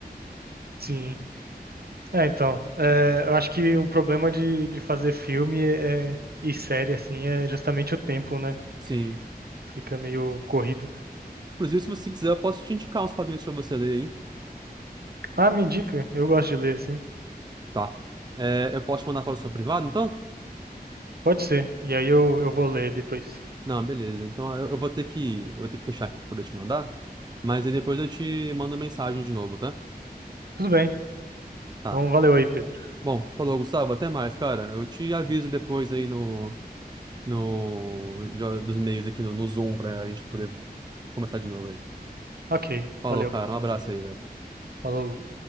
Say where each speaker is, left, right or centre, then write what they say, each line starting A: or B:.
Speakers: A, on the right (about 70°); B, on the right (about 25°).
A: Sim. É, então, é, eu acho que o problema de, de fazer filme é, e série, assim, é justamente o tempo, né?
B: Sim.
A: Fica meio corrido.
B: Inclusive, se você quiser, eu posso te indicar uns quadrinhos pra você ler aí.
A: Ah, me indica, eu gosto de ler, assim.
B: Tá. É, eu posso te mandar para o seu privado, então?
A: Pode ser, e aí eu, eu vou ler depois.
B: Não, beleza. Então eu, eu vou ter que, eu vou ter que fechar aqui para poder te mandar. Mas aí depois eu te mando mensagem de novo, tá?
A: Tudo bem,
B: Tá.
A: então valeu aí, Pedro.
B: Bom, falou, Gustavo. Até mais, cara. Eu te aviso depois aí no, no, de- dos meios aqui no, no Zoom pra gente poder começar de novo aí.
A: Ok,
B: Falou,
A: valeu.
B: cara. Um abraço aí, velho.
A: Falou.